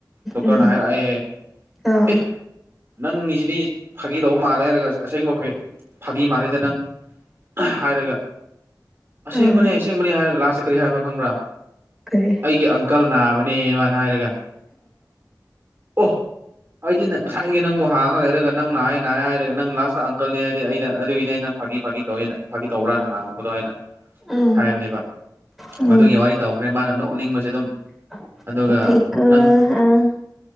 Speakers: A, on the right; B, in the centre.
A: ꯗꯣꯛꯇꯔꯅ
B: ꯎꯝ
A: ꯍꯥꯏꯔꯛꯑꯦꯌꯦ
B: ꯑꯥ
A: ꯑꯦ ꯅꯪꯒꯤꯁꯤꯗꯤ ꯐꯥꯒꯤ ꯇꯧꯕ ꯃꯥꯜꯂꯦ ꯍꯥꯏꯔꯒ ꯑꯁꯦꯡꯕ ꯐꯥꯒꯤ ꯃꯥꯜꯂꯦꯗ ꯅꯪ ꯍꯥꯏꯔꯒ ꯑꯁꯦꯡꯕꯅꯦ
B: ꯑꯥ
A: ꯑꯁꯦꯡꯕꯅꯦ ꯍꯥꯏꯔꯒ ꯂꯥꯁꯇ ꯀꯔꯤ ꯍꯥꯏꯕ꯭ꯔꯥ ꯈꯪꯕ꯭ꯔꯥ
B: ꯀꯔꯤ
A: ꯑꯩꯒꯤ ꯑꯪꯀꯜ ꯅꯥꯕꯅꯦꯌꯦ ꯃꯥꯅ ꯍꯥꯏꯔꯒ ꯑꯣ ꯑꯩꯗꯤ ꯅꯪ ꯉꯁꯥꯏꯒꯤ ꯅꯪꯕꯨ ꯍꯥꯡꯉꯒ ꯂꯩꯔꯒ ꯅꯪ ꯅꯥꯏ ꯅꯥꯏ ꯍꯥꯏꯔꯒ ꯅꯪ ꯂꯥꯁꯇ ꯑꯪꯀꯜꯅꯤ ꯍꯥꯏꯔꯗꯤ ꯑꯩꯅ ꯑꯗꯨꯒꯤꯅꯦ ꯑꯩꯅꯪ ꯐꯥꯒꯤ ꯐꯥꯒꯤ ꯇꯧꯋꯦꯅ ꯐꯥꯒꯤ ꯇꯧꯕ꯭ꯔꯅ ꯍꯥꯡꯕꯗꯣ ꯍꯥꯏꯅ
B: ꯎꯝ
A: ꯍꯥꯏꯕꯅꯦꯕ
B: ꯎꯝ
A: ꯃꯗꯨꯒꯤ ꯋꯥꯔꯤ ꯇꯧꯈ꯭ꯔꯦ ꯃꯥꯅ ꯅꯣꯛꯅꯤꯡꯕꯁꯦ ꯑꯗꯨꯝ
B: <unintelligible>
A: ꯑꯗꯨꯒ ꯅꯪ